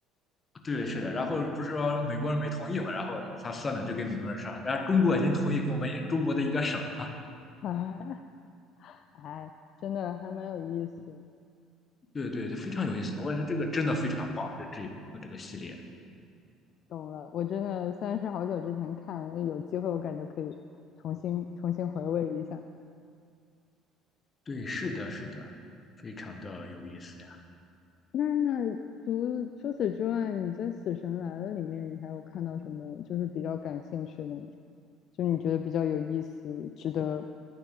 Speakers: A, on the left; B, on the left.
A: 对对是的，然后不是说美国人没同意嘛，然后他算了就给美国人算了，然后中国已经同意给我们中国的一个省了，
B: <laughs> 哎哎，真的还蛮有意思的。
A: 对对，对非常有意思，我感觉这个真的非常棒，这这一部这个系列，
B: 懂了，我真的虽然是好久之前看，有机会我感觉可以重新重新回味一下。
A: 对，是的，是的，非常的有意思呀，
B: 那除除此之外，你在《死神来了》里面，你还有看到什么就是比较感兴趣的吗？就你觉得比较有意思，值得，